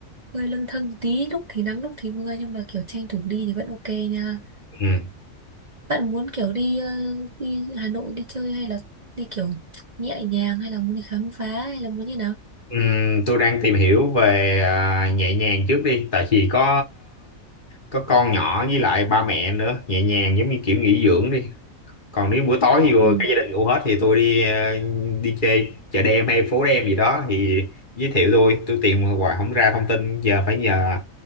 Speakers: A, on the right (about 35°); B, on the left (about 35°).
A: hơi lâng thâng một tí, lúc thì nắng lúc thì mưa nhưng mà kiểu tranh thủ đi thì vẫn ok nha.
B: ừ.
A: Bạn muốn kiểu đi ờ, đi Hà Nội đi chơi hay là đi kiểu nhẹ nhàng hay là muốn đi khám phá hay là muốn như nào?
B: Ừm, tôi đang tìm hiểu về à, nhẹ nhàng trước đi, tại vì có có con nhỏ với lại ba mẹ nữa, nhẹ nhàng giống như kiểu nghỉ dưỡng đi. Còn nếu buổi tối thì
A: Ừ.
B: cả gia đình ngủ hết thì tôi đi à, đi chơi chợ đêm hay phố đêm gì đó thì giới thiệu tôi, tôi tìm hoài không ra thông tin, giờ phải nhờ